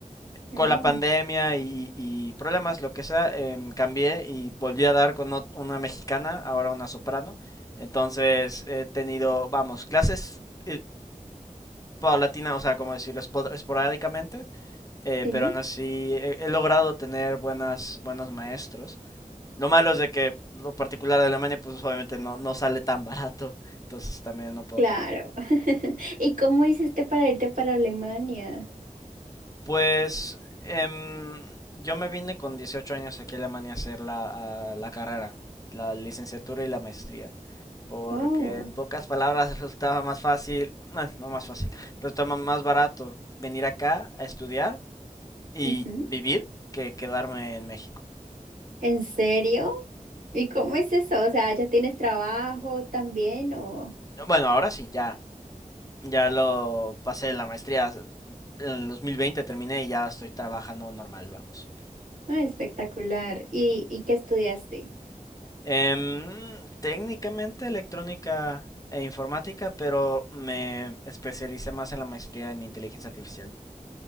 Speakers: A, on the right; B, on the left.
A: No,
B: con la pandemia y, y problemas, lo que sea, em, cambié y volví a dar con ot- una mexicana, ahora una soprano. Entonces he tenido, vamos, clases eh, paulatinas, o sea, como decirlo, Espo- esporádicamente, eh,
A: sí,
B: pero aún así he, he logrado tener buenas, buenos maestros. Lo malo es de que lo particular de Alemania, pues obviamente no, no sale tan barato, entonces también no puedo
A: claro.
B: tomar.
A: <laughs> ¿Y cómo hiciste para irte para Alemania?
B: Pues em, yo me vine con 18 años aquí a Alemania a hacer la, a la carrera, la licenciatura y la maestría, porque
A: Oh,
B: en pocas palabras <laughs> resultaba más fácil, bueno, no más fácil, resultaba más barato venir acá a estudiar y
A: ujú.
B: vivir que quedarme en México.
A: ¿En serio? ¿Y cómo es eso? O sea, ¿ya tienes trabajo también o...?
B: Bueno, ahora sí, ya, ya lo pasé la maestría, en el 2020 terminé y ya estoy trabajando normal, vamos.
A: Ay, espectacular. ¿Y, y qué estudiaste?
B: Em, técnicamente electrónica e informática, pero me especialicé más en la maestría en inteligencia artificial